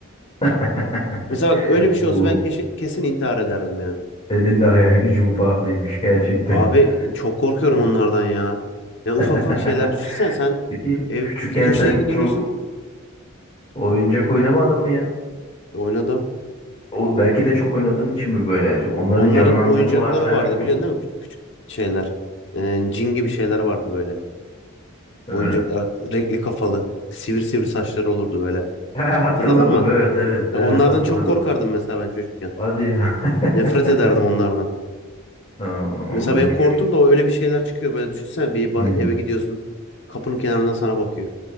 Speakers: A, on the left; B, on the left.
A: <laughs>
B: Mesela bak öyle bir şey
A: Oo,
B: olsa ben keşi- kesin intihar ederdim yani.
A: senin de hayal gücün farklıymış gerçekten.
B: Abi
A: <laughs>
B: çok korkuyorum
A: Evet.
B: onlardan ya. Yani ufak
A: <laughs>
B: ufak şeyler düşünsen sen
A: İyi.
B: ev
A: Küçükken
B: bir köşeye
A: sen
B: dönüyorsun.
A: çok oyuncak oynamadın mı ya?
B: E, Oynadım.
A: O belki de çok oynadığın için mi böyle acaba? Onların
B: Onların
A: canlandığını
B: oyuncakları
A: varsayarak
B: vardı
A: mı?
B: biliyorsun değil mi? Küçük küçük şeyler. E, cin gibi şeyler vardı böyle.
A: He.
B: Oyuncaklar
A: <laughs>
B: renkli kafalı. Sivri sivri saçları olurdu böyle.
A: hatırladım.
B: Hatırladın mı?
A: Evet, evet, evet
B: Ya Onlardan
A: hatırladım.
B: çok korkardım mesela ben çocukken.
A: Hadi ya. <laughs>
B: Nefret ederdim onlardan.
A: Aa,
B: Mesela
A: bu
B: benim
A: küçük
B: korktum
A: küçük.
B: da o öyle bir şeyler çıkıyor. Böyle düşünsene bir bah-
A: Hmm.
B: eve gidiyorsun. Kapının kenarından sana bakıyor.